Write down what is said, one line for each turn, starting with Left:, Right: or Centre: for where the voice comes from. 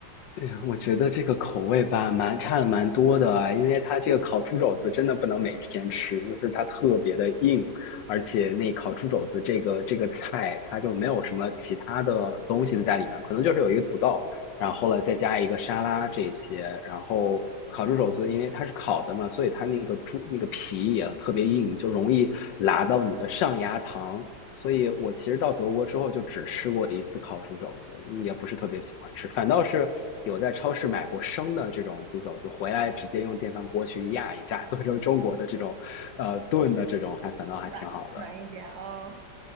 Left: 哎呀，我觉得这个口味吧，蛮差的蛮多的啊因为它这个烤猪肘子真的不能每天吃，就是它特别的硬，而且那烤猪肘子这个这个菜，它就没有什么其他的东西在里面，可能就是有一个土豆，然后了再加一个沙拉这些，然后烤猪肘子因为它是烤的嘛，所以它那个猪那个皮也特别硬，就容易拉到你的上牙膛，所以我其实到德国之后就只吃过一次烤猪肘子，也不是特别喜欢吃，反倒是有在超市买过生的这种猪肘子，回来直接用电饭锅去压一下，做成中国的这种，呃，炖的这种，还反倒还挺好的。
Right: 软的软一点啊、